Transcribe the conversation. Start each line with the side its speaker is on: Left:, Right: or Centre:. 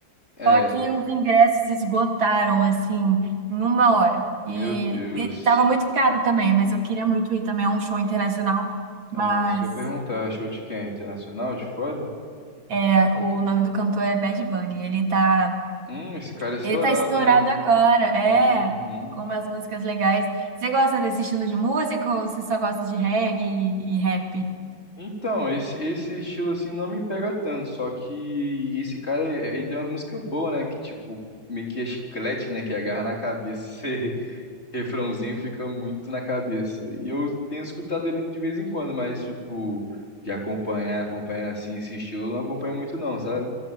Left: É,
Right: Só que os ingressos esgotaram, assim, em uma hora.
Left: meu
Right: E,
Left: Deus.
Right: e tava muito caro também, mas eu queria muito ir também a um show internacional. Mas
Left: Ah, isso que eu ia perguntar. é Show de quem? Internacional de fora?
Right: é, o nome do cantor é Bad Bunny. Ele tá,
Left: Hum, esse cara é estourado,
Right: ele tá estourado
Left: né?
Right: agora, é,
Left: Uhum.
Right: com umas músicas legais. Você gosta desse estilo de música ou você só gosta de reggae e, e rap?
Left: Então, esse, esse estilo assim não me pega tanto, só que esse cara, ele tem umas músicas boas, né? Que tipo, meio que é chiclete, né? Que agarra na cabeça, <laughs> esse refrãozinho fica muito na cabeça. E eu tenho escutado ele de vez em quando, mas tipo, de acompanhar, acompanhar assim esse estilo, eu não acompanho muito não, sabe?